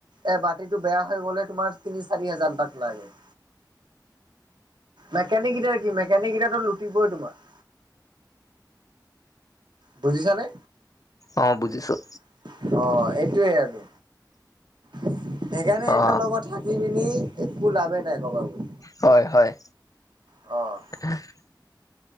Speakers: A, on the right; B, on the left.
A: এ বাতিটো বেয়া হৈ গ'লে তোমাৰ তিনি, চাৰি হাজাৰটাক লাগে। মেকনিক কেইটাৰ কি মেকনিক কেইটাটো লুটিবই তোমাৰ। বুজিছা নে?
B: অ, বুজিছোঁ।
A: অ, এইটোৱে আৰু সেইকাৰণে
B: অ
A: এন্তৰ লগত থাক ই মিনি একো লাভেই নাই ক'বা <unintelligible>
B: হয়- হয়।
A: অ',
B: <inaudible>